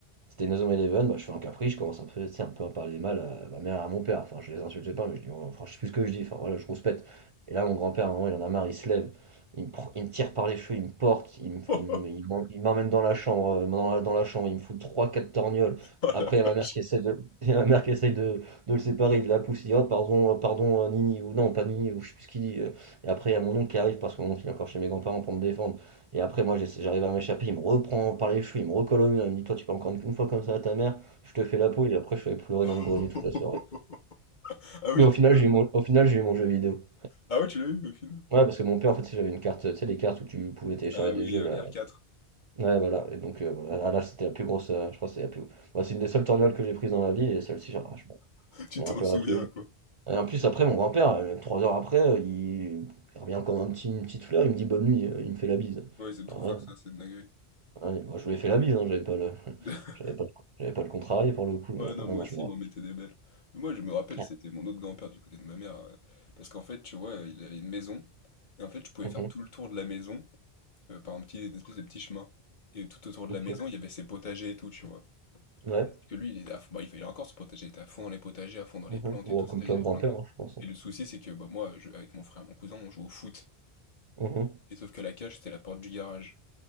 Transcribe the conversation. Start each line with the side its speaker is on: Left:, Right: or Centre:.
Right: C'était Inazuma Eleven, bah, je fais un caprice, je commence un peu, tu sais, un peu à parler mal à ma mère et à mon père. Enfin, je les insultais pas, mais je dis, oh, enfin, je sais plus ce que je dis, enfin voilà, je rouspète. Et là, mon grand-père, à un moment, il en a marre, il se lève, il me, pr- il me tire par les cheveux, il me porte, il me-
Left: Oh
Right: il me- il m'en- il m'emmène dans la chambre, euh, dans la, dans la chambre, il me fout trois, quatre torgnoles.
Left: Oh
Right: Après,
Left: la
Right: il y a
Left: vache.
Right: ma mère qui essaie de, <laughs> il y a ma mère qui essaie de, de le séparer, il la pousse, il dit, oh, pardon, euh, pardon, euh, Nini, ou non, pas Nini, ou je sais plus ce qu'il dit. euh. Et après, il y a mon oncle qui arrive, parce que mon oncle, il est encore chez mes grands-parents pour me défendre. Et après, moi, j'essa- j'arrive à m'échapper, il me reprend par les cheveux, il me recolle au mur, il me dit, toi, tu peux encore une fois comme ça à ta mère, je te fais la peau, et après, je suis allé pleurer
Left: <laughs>
Right: dans le grenier toute la soirée.
Left: Ah oui,
Right: Mais au
Left: quand
Right: final,
Left: même.
Right: j'ai eu mon, au final, j'ai eu mon jeu vidéo.
Left: Ah ouais, tu l'as eu au final?
Right: Ouais, parce que mon père, en fait, tu sais, j'avais une carte, tu sais, les cartes où tu pouvais télécharger
Left: Ah
Right: des
Left: oui,
Right: jeux,
Left: euh,
Right: là.
Left: la r 4
Right: Ouais, voilà. Et donc, euh, voilà. Ah, Là, c'était la plus grosse, euh, je crois, que c'est la plus. Moi, c'est une des seules tornades que j'ai prises dans ma vie, et celle-ci, genre, ah, je, m'en-
Left: <laughs> Tu
Right: je m'en
Left: t'en
Right: rappellerai
Left: souviens,
Right: tous les jours.
Left: quoi.
Right: Et en plus, après, mon grand-père, euh, trois heures après, euh, il, il revient comme un petit, une petite fleur, il me dit bonne nuit, euh, il me fait la bise.
Left: Ouais, ils aiment trop
Right: Alors
Left: faire ça, c'est une dinguerie.
Right: Ouais, moi, je lui ai fait la bise, hein, j'avais pas le <laughs>
Left: <laughs>
Right: j'avais pas le j'avais pas le contrarié pour le coup, mais
Left: Ouais, non,
Right: ah
Left: moi
Right: non,
Left: aussi,
Right: je me
Left: ils
Right: rappelle.
Left: m'en mettaient des belles. Mais moi, je me rappelle,
Right: Ah.
Left: c'était mon autre grand-père du côté de ma mère. euh, parce qu'en fait, tu vois, il avait une maison. Et en fait, tu pouvais
Right: Mhm,
Left: faire tout le tour de la maison. euh, par un petit, une espèce de petit chemin. Et tout autour de
Right: OK.
Left: la maison, il y avait ses potagers et tout, tu vois.
Right: Ouais.
Left: Parce que lui, il est à fond- bah, il fait- il a encore son potager, il était à fond dans les potagers, à fond dans
Right: Mhm.
Left: les plantes
Right: Bon,
Left: et tout,
Right: comme
Left: c'est-à-dire,
Right: plein
Left: il y avait
Right: de grimpeurs,
Left: plein de plantes.
Right: hein, je pense. hein.
Left: Et le souci, c'est que bah, moi, je- avec mon frère et mon cousin, on joue au foot.
Right: Mhm.
Left: Et sauf que la cage, c'était la porte du garage.